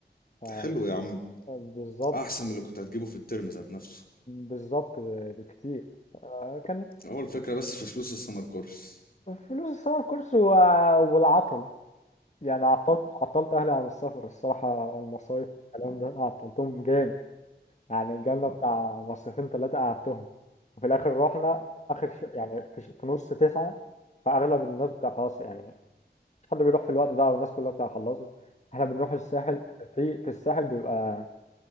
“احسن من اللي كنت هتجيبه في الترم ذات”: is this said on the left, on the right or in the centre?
Left